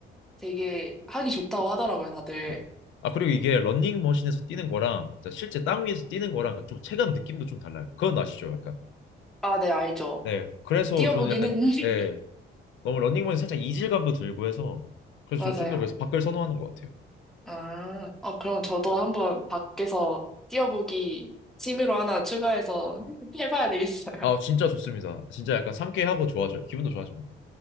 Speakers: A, in the centre; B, on the left.
A: 되게 하기 좋다고 하더라고요, 다들.
B: 맞아. 아, 그리고 이게 런닝머신에서 뛰는 거랑 진짜 실제 땅 위에서 뛰는 거랑 그좀 체감 느낌도 좀 달라요. 그건 아시죠? 약간.
A: 아, 네, 알죠.
B: 네. 그래서
A: 뛰어보긴
B: 저는 약간,
A: 했는데.
B: 예.
A: <laughs>
B: 너무 런닝머신 살짝 이질감도 들고 해서 그래서
A: 맞아요.
B: 저 좀 더 그래서 밖을 선호하는 것 같아요.
A: 아, 어, 그럼 저도 한번 밖에서 뛰어보기 취미로 하나 추가해서 <laughs> 해봐야 되겠어요.
B: 아, 진짜 좋습니다. 진짜 약간 상쾌하고 좋아져요. 기분도 좋아집니다.